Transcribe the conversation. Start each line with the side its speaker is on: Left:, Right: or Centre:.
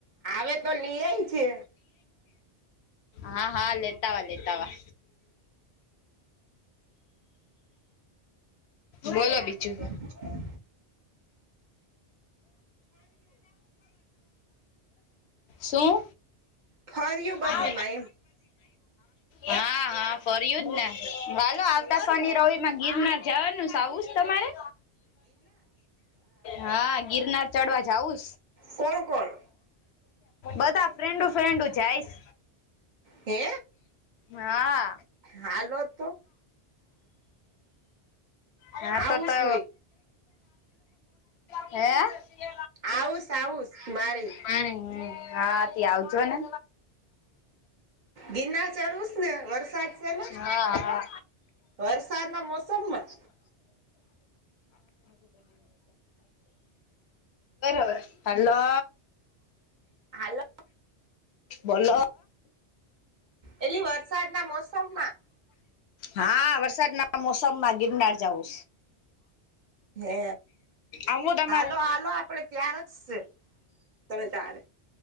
Right: હ તો લે આય છે.
Left: હા હા લેતાવા લેતાવા. બોલો બીજું.
Right: પાકિસ્તા.
Left: શું
Right: ફર્યું બધીમાં
Left: હા
Right: એમ
Left: હા હા ફરય જ ને વાલો આવતા ફની રિ માં ગિરનાર જવાનું સ આવું જ તમારે હા ગિરનાર ચડવા જઉ
Right: કોણ કોણ
Left: બધા ફ્રેન્ડ ફ્રેન્ડ જાયશ
Right: હે
Left: હા
Right: હાલો તો
Left: હા
Right: આવુંસ
Left: તો તો
Right: હુંય
Left: હે
Right: આવુંસ આવુંસ મારે
Left: હા હા ત આવજો ને
Right: ગિરનાર ચડવુંસ ને વરસાદ છે ને
Left: હા હા
Right: વરસાદના મોસમમાં
Left: ઓ હા હલો
Right: હાલો
Left: બોલો
Right: એટલી વરસાદ ના મોસમ માં
Left: હા વરસાદ ના મોસમમાં ગિરનાર જઉું
Right: હે
Left: અમુદમારે
Right: હાલો હાલો આપડે ત્યાર જ છે તમે તારે